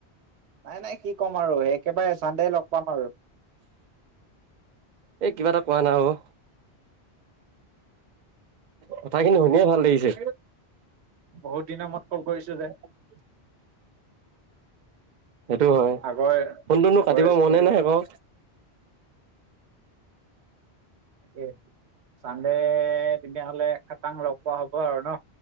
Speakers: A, on the right (about 80°); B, on the right (about 55°).
A: নাই নাই কি ক'ম, আৰু একেবাৰে চানদে লগ পাম আৰু।
B: এ কিবা এটা কোৱা নাই অ'। কথাখিনি শুনিয়ে ভাল লাগিছে।
A: বহুত দিনৰ মূৰত ক'ল কৰিছো যে।
B: <inaudible> সেইটো হয়,
A: আগৰ
B: ফোনটোনো
A: আগৰ
B: কাটিব
A: স্মৃতি
B: মনে নাই আকৌ।
A: তাকে চানদে তেতিয়াহলে খাটাং লগ পোৱা হ'ব আৰু ন'?